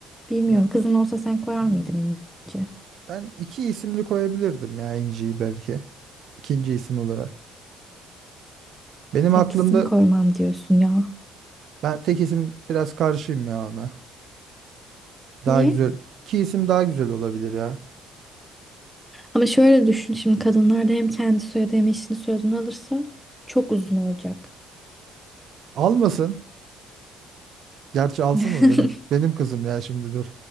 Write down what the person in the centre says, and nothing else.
Bilmiyorum
kızın olsa sen koyar mıydın inci?
Taksim
koymam diyorsun ya.
Niye?
Ama şöyle düşün şimdi kadınlar da hem kendi soyadı hem eşinin soyadını alırsa çok uzun olacak.
<laughs>